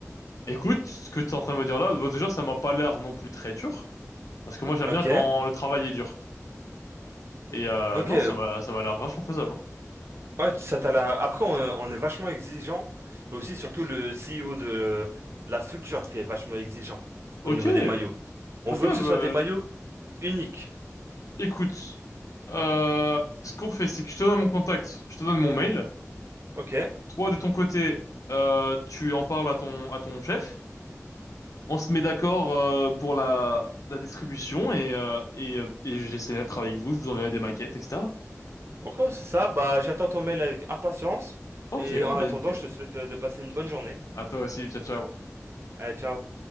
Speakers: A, on the left; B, on the right.
A: Écoute, ce que tu es en train de me dire là, bon, déjà ça m'a pas l'air non plus très dur parce que moi j'aime
B: Ok,
A: bien quand le travail est dur. Et euh,
B: ok.
A: non, ça m'a ça m'a l'air vachement faisable. hein.
B: Ouais, ça t'a la- Après, on, on est vachement exigeant. Et aussi, surtout, le CEO de la structure qui est vachement exigeant
A: Ok,
B: au niveau des maillots. On
A: ok,
B: veut que ce
A: bah
B: soit des maillots uniques.
A: écoute, euh, ce qu'on fait, c'est que je te donne mon contact, je te donne mon mail.
B: Ok.
A: Toi, de ton côté, euh, tu en parles à ton, à ton chef. On se met d'accord euh, pour la, la distribution et, euh, et, euh, et j'essaierai de travailler avec vous. Je vous enverrai des maquettes, etc.
B: Ok, c'est ça. Bah, j'attends ton mail avec impatience.
A: Ok,
B: Et en
A: ben
B: attendant,
A: nickel.
B: je te souhaite euh, de passer une bonne journée.
A: À toi aussi, ciao, ciao.
B: Allez, ciao.